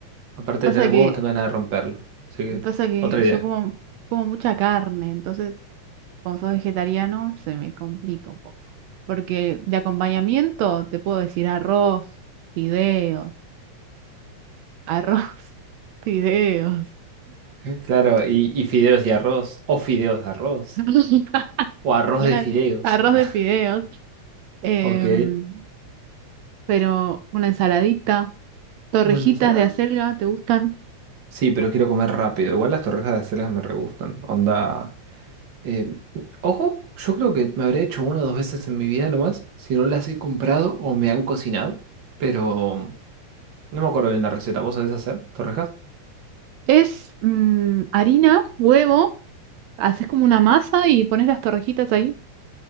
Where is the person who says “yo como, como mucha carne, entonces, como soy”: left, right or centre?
Right